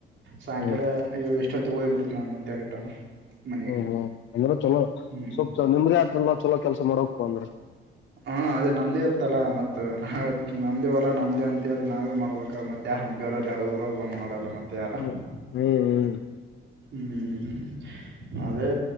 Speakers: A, on the right (about 70°); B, on the left (about 70°).
A: ಸಾಯಂಕಾಲ
B: ಹ್ಮ್
A: ಯೋ ಇಷ್ಟ ಇಷ್ಟೊತ್ತಿಗೆ ಹೋಗ್ಬಿಡ್ತೀನಿ ನಾನ್ ಮತ್ತೆ ರಿಟರ್ನ್ ಮನೆಗೆ
B: ಹ್ಮ್ ಹ್ಮ್ ಅಂದ್ರ ಚಲೋ
A: ಹ್ಮ್
B: ಸ್ವಲ್ಪ ನಿಮ್ದೇ ಆಯಿತ್ದೆಲ್ಲಾ ಚಲೋ ಕೆಲ್ಸ ತೋ ಮಾಡೋಗಪ್ಪ ಅಂದ್ರ
A: ಹಾ ಅದೇ ನಮ್ದೇ ಇರ್ತಲ್ಲ ಮತ್ ನಾ ನಮ್ದೇ ಹೊಲಾ ನಮ್ದೇ ಅಂತೇಳಿ ನಾವೇ ಮಾಡಬೇಕಾ ಮತ್ತ ಮತ್ತ್ ಯಾರ್ ಬೇರೆರೋ ಯಾರ್ ಊರೋರ್ ಬಂದ ಮಾಡಲ್ಲ ಮತ್ತ ತ್ಯಾರಾ
B: ಹ್ಮ್ ಹ್ಮ್
A: ಹ್ಮ್ ಅದೇ